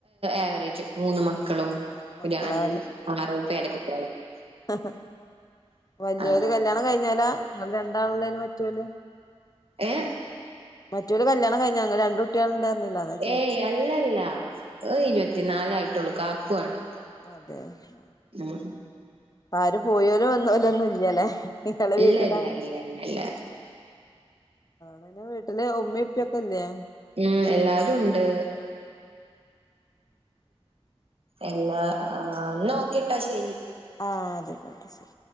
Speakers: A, on the right; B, on the left.
A: ആവറേജ് മൂന്ന് മക്കളും
B: മൂന്ന് മക്കളാ
A: ഒരു അഞ് ആറു പേരക്കുട്ടിയ
B: ആഹഹാ വല്ലിയോര്
A: അങ്ങനെ
B: കല്യാണം കഴിഞ്ഞാ ലാ ഇങ്ങൾ രണ്ടാളേലും പ റ്റോലൊ
A: ഏഹ
B: മറ്റോലെ കല്യാണം കഴിഞ്ഞാ. ഇ ങ്ങൾ രണ്ട് കുട്ട്യാൾ ണ്ട് റഞ്ഞില്ലെ അതാ ചോയ്ച്ചേ
A: ഏയ് അല്ലല്ല ഇരുപത്തിനാലായിട്ടുള്ളൂ കാക്കുവാണ്.
B: അതെ മ്ഹ്
A: ഉം
B: അപ്പൊ ആരും പോയോലും വന്നോലും ഒന്നൂല്ലല്ലേ നിങ്ങളെ
A: ഇല്ല
B: വീട്ടിലൊ
A: ഇല്ല
B: ആണ്
A: ഇല്ല ഇല്ല ഇല്ല
B: പിന്നെ വീട്ടില് ഉമ്മീം ഇപ്പിയൊക്കെ ഇല്ലേ?
A: ഉം എല്ലാരും ഉണ്ട് എല്ലാ ആ നോ കേട്ടോശരി
B: ആഹ് അതെ കോട്ട ശരി.